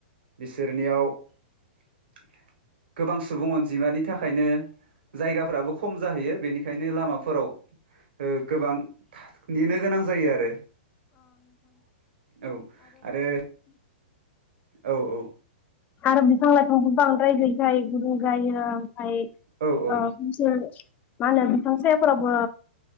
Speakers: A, on the right (about 70°); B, on the left (about 25°).
A: बिसोरनियाव <inaudible> गोबां सुबुं अनजिमानि थाखायनो जायगाफ्राबो खम जाहैयो बेनिखायनो लामाफोराव ओ गोबां थार नेनो गोनां जायो आरो <inaudible> औ आरो औ औ
B: आरो बिफां लाइफांखौ बांद्राय गैखाय गुदुं जायो। फाय
A: औ औ
B: ओ ज <unintelligible> मा होनो बिफां सायाफोरावबो